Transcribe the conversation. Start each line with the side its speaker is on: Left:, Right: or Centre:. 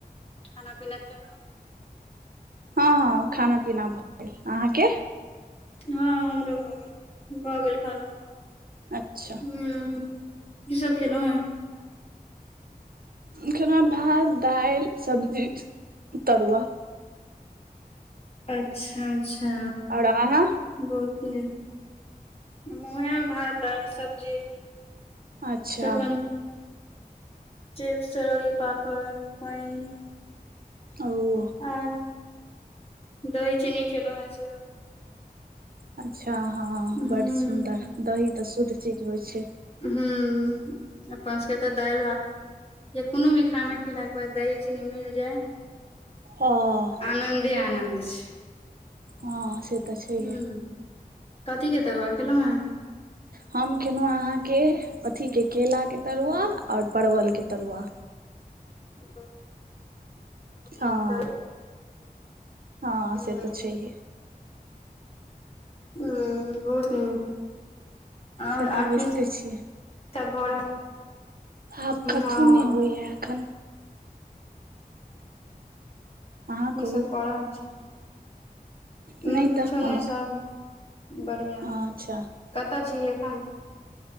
Left: खाना पीना खेलौं?
Right: हँ हँ खाना पीना भऽ गेल। अहाँके?
Left: हँ हमरो भऽ गेल। भऽ गेल खाना।
Right: अच्छा।
Left: हुं- की सब खेलोंहै?
Right: खेलहुहें भात, दाइलि, सब्जी, तरुआ।
Left: अच्छा, अच्छा।
Right: आओर आहाँ?
Left: <unintelligible> ओहेए भात दाइल सब्जी।
Right: अच्छा।
Left: तखन चिप्स, चरौरी, पापड़, पैन
Right: ओ
Left: आर- दही चीनी खेलहुंहें सेहो।
Right: अच्छा हँ
Left: ह
Right: बड्ड सुन्दर, दही तऽ शुद्ध चीज होइ छै।
Left: हू पाँच कटा दाएल, भात या कोनो भी खाना खेला के बाद दही चीनी मिल जाय।
Right: ह
Left: आनन्दे आनन्द छै।
Right: हँ से तऽ छै
Left: ह
Right: है।
Left: कथी कतु खेलहु हं?
Right: हम केलहुँ अहाँके अथीके केलाक के तरुआ, आओर परवलके तरुआ।
Left: ह <inaudible> ओ
Right: हँ
Left: <unintelligible> त
Right: हँ
Left: ह
Right: से त छै है।
Left: ह बहुत नीक आओर
Right: से तऽ
Left: आर
Right: बुझिते
Left: की <inaudible>
Right: छियै
Left: सब भ रहल
Right: आब कथहु
Left: हँ
Right: नहि होइया एखन। अहाँ कहू
Left: इ सब कर रहल छी।
Right: नहि
Left: उ किछो
Right: तऽ हम
Left: नहि सब बढ़िया।
Right: अच्छा
Left: कतऽ छी एखन?